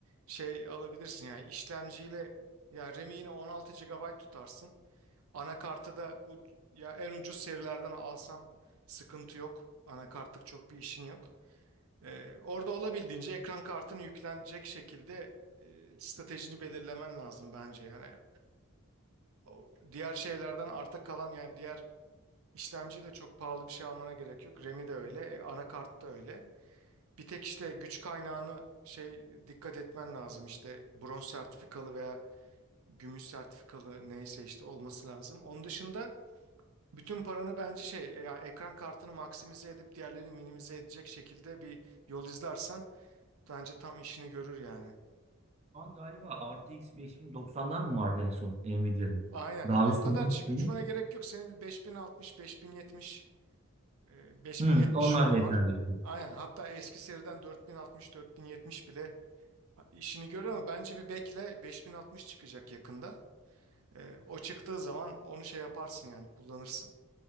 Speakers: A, on the right; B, on the right.
A: şey alabilirsin yani işlemciyle ya RAM'i yine 16 GB tutarsın. Anakartı da u- ya en ucuz serilerden alsan sıkıntı yok. Anakartlık çok bir işin yok. Ee, orada olabildiğince ekran kartını yüklenecek şekilde e, stratejini belirlemen lazım bence. Yani o diğer şeylerden arta kalan yani diğer işlemci de çok pahalı bir şey almana gerek yok. RAM'i de öyle, e, anakart da öyle. Bir tek işte güç kaynağını şey dikkat etmen lazım işte bronz sertifikalı veya gümüş sertifikalı neyse işte olması lazım. Onun dışında bütün paranı bence şey e, yani ekran kartını maksimize edip diğerlerini minimize edecek şekilde bir yol izlersen bence tam işini görür yani.
B: Şu an galiba RTX 5090'lar mı vardı en son Nvidia'nın?
A: Aynen.
B: Daha
A: Ama
B: üstü
A: O kadar
B: var mı?
A: çık uçmana gerek yok. Senin bir 5060, 5070, e, 5070
B: Hı, onlar
A: şu an
B: da yeter
A: var.
B: diyorsun.
A: Aynen. Hatta eski seriden 4060, 4070 bile işini görüyor ama bence bir bekle 5060 çıkacak yakında. E, O çıktığı zaman onu şey yaparsın yani kullanırsın.